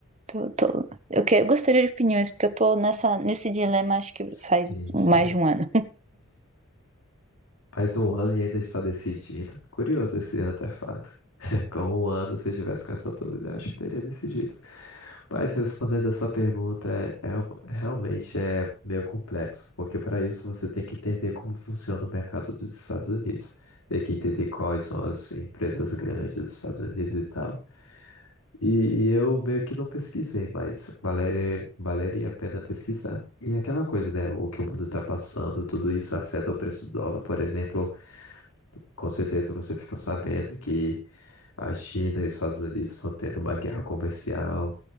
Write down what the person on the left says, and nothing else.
sim,
sim.
Faz um ano e ainda está decidido. Curioso esse antefato. <laughs> Com um ano, se eu tivesse com essa dúvida, eu acho que teria decidido. Mas respondendo essa pergunta, é, é uma- realmente é meio complexo, porque para isso você tem que entender como funciona o mercado dos Estados Unidos, tem que entender quais são as empresas grandes dos Estados Unidos e tal. E eu meio que não pesquisei, mas Valéria, valeria a pena pesquisar. E é aquela coisa, né? O que o mundo tá passando, tudo isso afeta o preço do dólar. Por exemplo, com certeza você fica sabendo que a China e os Estados Unidos estão tendo uma guerra comercial